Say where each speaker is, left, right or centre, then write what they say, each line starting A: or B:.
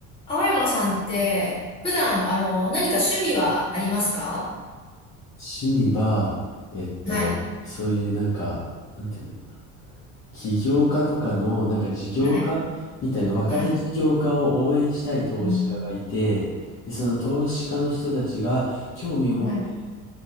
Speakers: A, on the left; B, on the left.
A: 青山さんって、普段、あの、何か趣味はありますか
B: 趣味は、えっと、
A: はい。
B: そういうなんか、なんていうのかな、起業家とかの、なんか事業家みたいな、
A: はい。
B: 若手事業家を応援したい投資家がいて、
A: はい。うん
B: で、その投資家の人たちが興味を持って
A: はい。う